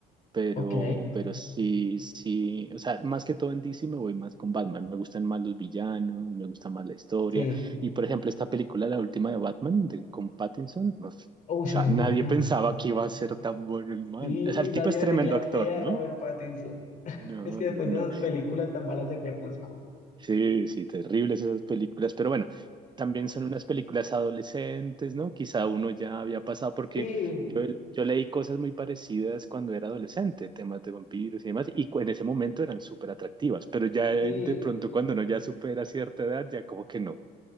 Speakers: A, on the right; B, on the left.
A: Pero,
B: Ok,
A: pero sí, sí, o sea, más que todo en DC me voy más con Batman. Me gustan más los villanos, me gusta más la historia.
B: sí.
A: Y por ejemplo, esta película, la última de Batman, de, con Pattinson, uf, o
B: Uy,
A: sea,
B: sí, muy
A: nadie
B: buena.
A: pensaba que iba a ser tan bueno el man.
B: Sí,
A: O sea, el
B: nadie
A: tipo es
B: le
A: tremendo
B: tenía
A: actor,
B: fe a
A: ¿no?
B: Robert Pattinson.
A: No,
B: Es que
A: no,
B: después
A: no.
B: de esas películas tan malas de Crepúsculo.
A: Sí, sí, terribles esas películas, pero bueno, también son unas películas adolescentes, ¿no? Quizá uno ya había pasado, porque
B: Sí,
A: yo, yo leí cosas muy parecidas cuando era adolescente, temas de vampiros y demás, y cu- en ese momento eran súper atractivas, pero ya eh,
B: sí,
A: de pronto cuando uno ya supera cierta edad, ya como que no.